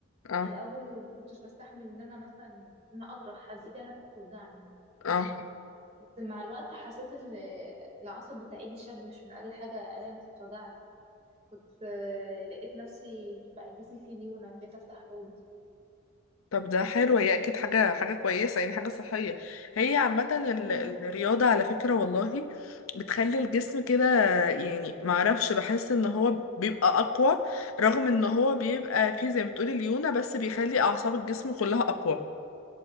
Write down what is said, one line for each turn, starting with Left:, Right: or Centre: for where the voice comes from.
Left: اه
Right: الاول ما كنتش بستحمل ان انا مثلا ان اضرب حد ايدي انا كانت توجعني
Left: اه
Right: بس مع الوقت حسيت ان العصب بتاع ايدي شد مش من اقل حاجة انا نفسي اتوجعت كنت آه، لقيت نفسي بقى جسمي فيه ليونة بقيت افتح حوض
Left: طب ده حلو هي اكيد حاجه حاجه كويسه يعني حاجه صحيه هي عامه ال-
Right: مم.
Left: الرياضه على فكره والله بتخلي الجسم كده يعني ما اعرفش بحس ان هو بيبقى اقوى رغم ان هو بيبقى فيه زي ما بتقولي ليونه بس بيخلي اعصاب الجسم كلها اقوى